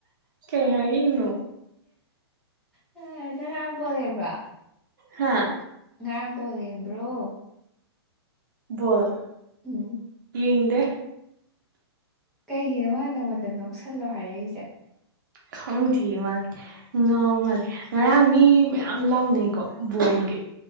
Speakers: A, on the right; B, in the centre.
A: ꯀꯩ ꯍꯥꯏꯔꯛꯏꯅꫭ
B: ꯅꯪ ꯉꯥꯔꯥꯡ ꯕꯣꯜ ꯌꯦꯡꯕ꯭ꯔꯣ
A: ꯍꯥꯥ
B: ꯉꯔꯥꯡ ꯕꯣꯜ ꯌꯦꯡꯕ꯭ꯔꯣ
A: ꯕꫭꯜ
B: ꯎꯝ
A: ꯌꯦꯡꯗꯦ
B: ꯀꯩꯒꯤꯅꯣ ꯃꯥ ꯅꯪꯉꯣꯟꯗ ꯅꯣꯛꯁꯜꯂꯣ ꯍꯥꯏꯔꯛꯏꯁꯦ
A: ꯈꯪꯗꯤꯌ‌ꯦ ꯃꯥ ꯉꯥꯎ ꯃꯥꯜꯂ‌ꯦ ꯉꯔꯥꯡ ꯃꯤ ꯃꯌꯥꯝ ꯂꯥꯎꯅꯩꯀꯣ ꯕꯣꯜꯒꯤ